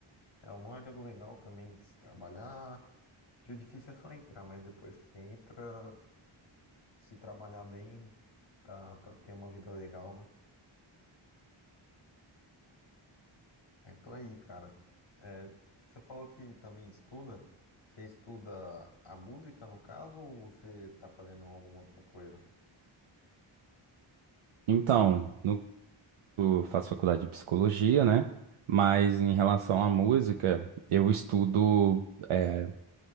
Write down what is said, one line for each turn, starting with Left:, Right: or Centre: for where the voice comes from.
Left: é uma área legal também de se trabalhar, que o difícil é só entrar, mas depois que entra, se trabalhar bem, tá, tá, tem uma vida legal, né? Então aí, cara, é, você falou que também estuda, você estuda a música no caso, ou você tá fazendo alguma outra coisa?
Right: Então, no- eu faço faculdade de psicologia, né? Mas em relação à música, eu estudo, é,